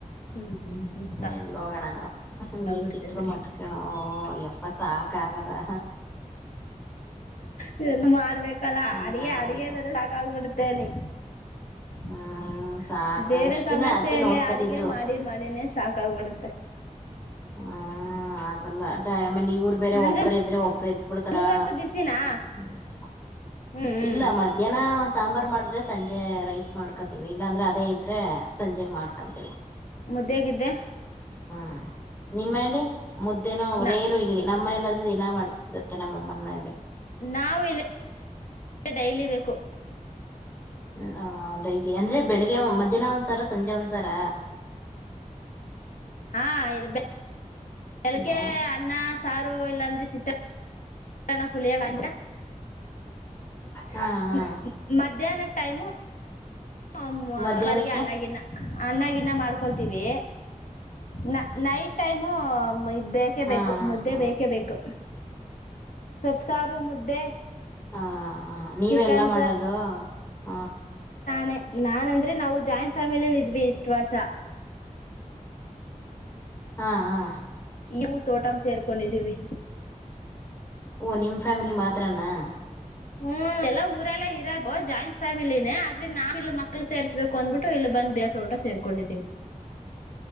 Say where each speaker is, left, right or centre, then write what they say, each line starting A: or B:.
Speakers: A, on the left (about 70°); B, on the left (about 15°).
A: ಹ್ಮ್
B: ಎಲ್ಲೋ ಹೋಗೋನ
A: ಸಾಕಾಗ್ಬಿಡ್ತೆ
B: ಈ ಚಿಕ್ಲು
A: ಬಿಡಿ
B: ಮಟ್ಕಣ ಎಪ್ಪ ಸಾಕ್ ಆಗದಾ.
A: ಇದೆಲ್ಲ ಮಾಡ್ಬೇಕಲ್ಲಾ
B: ಹಂಗ
A: ಅಡಗೆ
B: ಆಗ್ಬಿಟ್ಟೈತೆ
A: ಅಡಗೆಲ್ಲ ಸಾಕಾಬಿಡ. ನಿ
B: ಹ್ಮ್
A: <inaudible>
B: ಸಾಕ
A: ಬೇರೆ
B: ಇಷ್ಟ್
A: ಸಮಸ್ಯೆಯಲ್ಲಿ
B: ದಿನ ಅತ್ತೆ ನೋಡ್ಕತಿದ್ರು
A: ಅಡಿಗೆ ಮಾಡಿ ಮಾಡಿನೇ ಸಾಕಾಗ್ಬಿಡುತ್ತೆ.
B: ಹ್ಮ ಆಗಲ್ಲ ಟ. ಆಮೇಲೆ ಇವರು ಬೇರೆ
A: ಅಂದ್ರೆ
B: ಒಬ್ಬರೆದ್ರೆ ಒಬ್ರು ಎದ್ಬ ಬಿಡ್ತಾರಾ.
A: ಮೂರೊತ್ತು ಬಿಸಿನಾ
B: ಹೌ <unintelligible>
A: ಹ್ಮ್ ಹ್ಮ್
B: ಇಲ್ಲಾ ಮಧ್ಯಾಹ್ನ ಸಾಂಬಾರ್ ಮಾಡಿದ್ರೆ ಸಂಜೆ ರೈಸ್ ಮಾಡ್ಕತ್ತ. ಇಲ್ಲಾಂದ್ರೆ ಅದೇ ಇದ್ರೆ. ಸಂಜೆಗೆ ಮಾಡ್ಕಂತಿವ್.
A: ಮುದ್ದೆಗಿದ್ದೆ.
B: ಹ ನಿಮ್ಮಲ್ಲಿ ಮುದ್ದೇನು
A: ನ
B: ರೇರು ಇಲ್ಲಿ ನಮ್ಮನೇಲ್ಲಾದ್ರೆ ದಿನಾ ಮಾಡ್ತಿರುತ್ತೆ ನಮ್ಮಮ್ಮನ ಮನಲಿ
A: ನಾವು ಇಲೆ ಡೈಲಿ ಬೇಕು
B: ಹೂ ಆ ಡೈಲಿ ಅಂದ್ರೆ ಬೆಳಿಗ್ಗೆ ಮಧ್ಯಾಹ್ನ ಒಂದ್ಸರ ಸಂಜೆ ಒಂದ್ಸರ
A: ಹಾ ಇಲ್ಬೇ ಕೆಳಗೆ
B: ಒಂದು
A: ಅನ್ನ ಸಾರು ರು ಇಲ್ಲ ಅಂದ್ರೆ ಚಿತ್ರ ನ್ನ ಪುಳಿಯೋಗ್ರೆ ಮ್ಮ್
B: ಹಾ ಹಾ
A: ಮ್ಮ್ ಮಧ್ಯಾಹ್ನ ಟೈಮು ಹ ಮೂ
B: ಮಧ್ಯಾಹ್ನಕ್ಕೆ
A: ಅನ್ನಗಿನ್ನ ಅನ್ನಾಗಿನ್ನ ಮಾಡ್ಕೊಳ್ತೀವಿ ನ ನೈಟ್ ಟೈಮು ಮ್ಮ್ ಇದ್ ಬೇಕೇ
B: ಹಾ
A: ಬೇಕು ಮುದ್ದೆ
B: ಹಾ
A: ಬೇಕೇ ಬೇಕು ಸೋಪ್ ಸಾರು ಮುದ್ದೆ
B: ಹಾ ಹಾ ನೀವೆ
A: ಚಿಕನ್
B: ಎಲ್ಲ ಮಾಡದು ಹಾ
A: ನೆ ನಾನೊಂತ್ ತ್ರಿ ನಾವು ಜಾಯಿಂಟ್ ಫಾಮಿಲಿಲ್ ಇದ್ವಿ ಇಷ್ಟ್ ಇಷ್ಟುವರ್ಷ
B: ಹಾ ಹಾ
A: ನೀವು ತೋಟಂ ಸೇರ್ಕೊಂಡಿದೀವಿ
B: ಓ ನಿಮ್ ಫ್ಯಾಮಿಲಿ ಮಾತ್ರನಾ
A: ಹಹೂ ಎಲ್ಲಾ ಊರೆಲ್ಲ ಇರೋದು ಜಾಯಿಂಟ್ ಫ್ಯಾಮಿಲಿನೇ ಆದ್ರೆ ನಾವ್ ಇಲ್ ಮಕ್ಳು ಸೇರ್ಸ್ಬೇಕು ಅಂದ್ಬಿಟ್ಟು ಇಲ್ಲಿ ಬಂದ್ ದೇ ತೋಟ ಸೇರ್ಕೊಂಡಿದ್ದೀವಿ